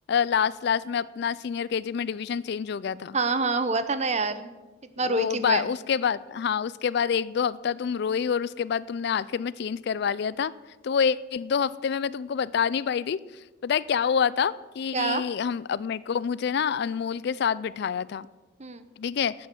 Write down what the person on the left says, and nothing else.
लास्ट लास्ट में अपना सीनियर केजी में डिवीजन चेंज हो गया था
वो
बा,
उसके बाद हाँ उसके बाद एक दो हफ्ता तुम रोई और उसके बाद तुमने आखिर में चेंज करवा लिया था तो वो ए, एक दो हफ्ते में मैं तुमको बता नहीं पाई थी पता है क्या हुआ था कि
हम अब मेरे को मुझे ना अनमोल के साथ बिठाया था
ठीक है